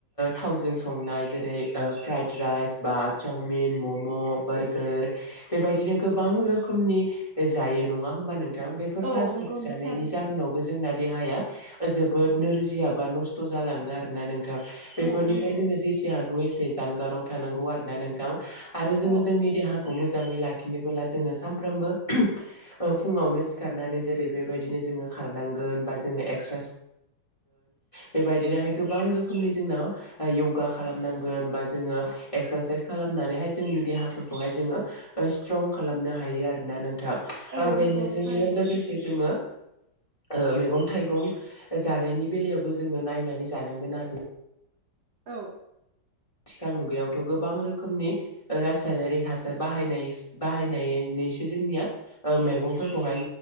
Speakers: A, on the left; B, on the right.
A: थावजों संनाय जेरै ओ फ्राइद राइस, बा चावमिन, मम', बारग खोर बेबायदिनो गोबां रोखोमनि जायो नङा हमबा नों थां। बेफोर
B: औ
A: पासबुक
B: नंगौ नोंथां
A: जानायनि
B: थारैनो
A: जाहोनावबो जोंना देहाया जोबोद नोरजिया बा नस्थ' जालाङो आरोना नों नोंथां, बेफोरनिफ्राय
B: औ नंगौ
A: जोङो जेसे हागौ एसे जानगाराव थानांगौ आरोना नोंथां। आरो जोङो
B: औ
A: जोंनि खौ मोजाङै लाखिनोबोला जोङो सबो ओ फुङावनो सिखारनानै जेरै बेबायदिनो जो खारनांगोन बा जोङो एक्स्रा बेबायदिनोहाय गोबां रोखोमनि जोंनाव योगा खालामनांगोन बा जोङो एक्सारसाइस खालामनानैहाय जोंनि देहाफोर खौहाय जोङो स्ट्रं खालामनो हायो आरोना नोंथां।
B: औ
A: बेनिजोंनो
B: नंगौ थारैनो
A: लोगोसे जोङो ओ मैगं-थाइगं जानायनि बेलायावबो जोङो नायनानै जानांगोन आर
B: औ।
A: थिखाल मुगायावथ' गोबां रोखोमनि रासायनारिक हासार बाहायनाय बाहायनानैसो जोंनिया मैगंफोरखौहाय